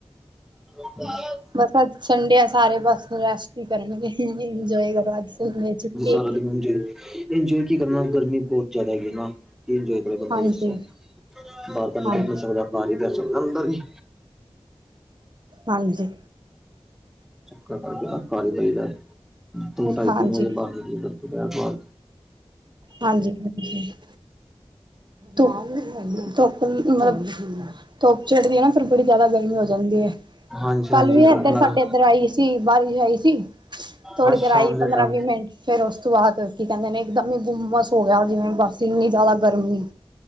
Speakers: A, in the centre; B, on the right (about 45°).
A: ਹਮ <unintelligible>
B: ਬਸ ਅਜ ਸੰਡੇ ਆ ਸਾਰੇ ਬਸ ਰੈਸਟ ਹੀ ਕਰਨਗੇ ਇਜੋਏ ਕਰੋ ਅੱਜ ਸੰਡੇ ਛੁਟੀ।
A: ਭ ਦਿ ਜ <unintelligible> ਇਜੋਏ ਕੀ ਕਰਨਾ ਗਰਮੀ ਬਹੁਤ ਜਿਆਦਾ ਹੈਗੀ ਨਾ। ਕੀ ਇੰਜੋਏ ਕਰੇ ਬੰਦਾ
B: ਹਾਂਜੀ
A: ਦੱਸੋ ਬਾਹਰ ਤਾਂ ਨਿਕਲ
B: ਹਾਂਜੀ
A: ਨੀ ਸਕਦਾ ਬਾਹਰ ਨੀ ਬੈ ਸਕਦਾ, ਅੰਦਰ ਹੀ
B: ਹਾਂਜੀ
A: ਚੱਕਰ ਕਰਕੇ ਨਾ ਘਾਰ ਹੀ ਰਹਿਦਾ ਦੋ ਢਾਈ
B: ਹਾਂਜੀ
A: ਤਿੰਨ ਵਜੇ ਬਾਹਰ ਨਿਕਲੀ ਦਾ ਅਸੀ ਤੇ ਐਤਵਾਰ
B: ਹਾਂਜੀ ਹ ਧੱਪ ਧੁੱਪ ਮਤਲਬ ਧੁੱਪ ਚੜਦੀ ਹੈ ਨਾ। ਫੇਰ ਬੜੀ ਜਿਆਦਾ ਗਰਮੀ ਹੋ ਜਾਦੀ ਹੈ
A: ਹਾਂਜੀ ਹਾਂਜੀ
B: ਕੱਲ ਵੀ
A: ਧੁੱਪ
B: ਇਧਰ
A: ਨਾਲ
B: ਸਾਡੇ ਇੱਧਰ ਆਈ ਸੀ ਬਾਰਿਸ਼ ਆਈ ਸੀ ਥੋੜੀ
A: ਹਾਂ ਸ਼ਾਮ
B: ਤੇਰ ਆਈ
A: ਦੇ
B: ਪੰਦਰਾਂ
A: ਟਾਈਮ
B: ਵੀਹ ਮਿੰਟ। ਫੇਰ ਉਸ ਤੋ ਬਾਅਦ ਕੀ ਕਹਿਦੇ ਨੇ ਇਕਦਮ ਹੀ ਹੂਮਸ ਹੋ ਗਿਆ ਜਿਵੇ ਬਸ ਇਨੀ ਜਿਆਦਾ ਗਰਮੀ।